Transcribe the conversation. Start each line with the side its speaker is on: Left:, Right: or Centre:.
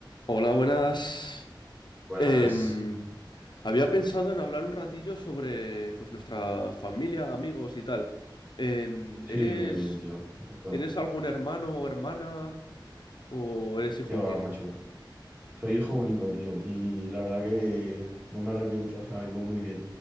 Left: Hola, buenas.
Right: Buenas.
Left: Em, había pensado en hablar un ratillo sobre pues nuestra familia, amigos y tal. Em,
Right: Sí,
Left: ¿eres,
Right: muy bien, tío. Perfecto.
Left: tienes algún hermano o hermana o eres hijo
Right: Qué va,
Left: único?
Right: macho. Soy hijo único, tío. Y la verdad que no me arrepiento. O sea, vivo muy bien.